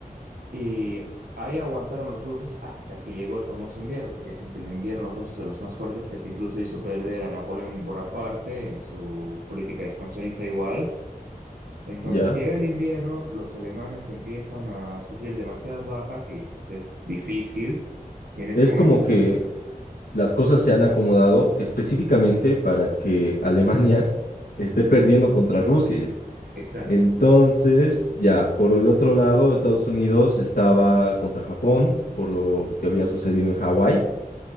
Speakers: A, on the right; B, on the left.
A: y ahí aguantaron los rusos hasta que llegó el famoso invierno, porque dicen que el invierno ruso es de los más fuertes, que hasta incluso hizo perder a Napoleón Bonaparte en su política expansionista igual. Entonces
B: ya.
A: llega el invierno, los alemanes empiezan a sufrir demasiadas bajas y les es difícil, y en ese
B: Es
A: momento
B: como
A: es
B: que
A: cuando...
B: las cosas se han acomodado específicamente para que Alemania <laughs> esté perdiendo contra Rusia.
A: Exacto.
B: Entonces, ya, por el otro lado, Estados Unidos estaba contra Japón por lo que había sucedido en Hawái.